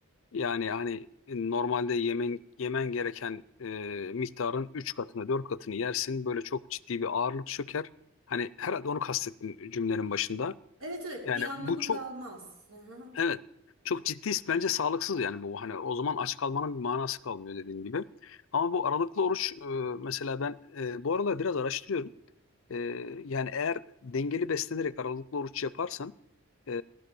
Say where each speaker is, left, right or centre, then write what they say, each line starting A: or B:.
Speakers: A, on the left; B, on the right.
A: Yani hani e, normalde yemen yemen gereken e, miktarın 3 katını 4 katını yersin. Böyle çok ciddi bir ağırlık çöker. Hani herhalde onu kastettin cümlenin başında.
B: Evet evet
A: Yani
B: bir anlamı
A: bu çok
B: kalmaz. Hı hı.
A: evet çok ciddi bence sağlıksız yani bu hani o zaman aç kalmanın bir manası kalmıyor dediğin gibi. Ama bu aralıklı oruç e, mesela ben e, bu aralar biraz araştırıyorum. Ee, yani eğer dengeli beslenerek aralıklı oruç yaparsan e,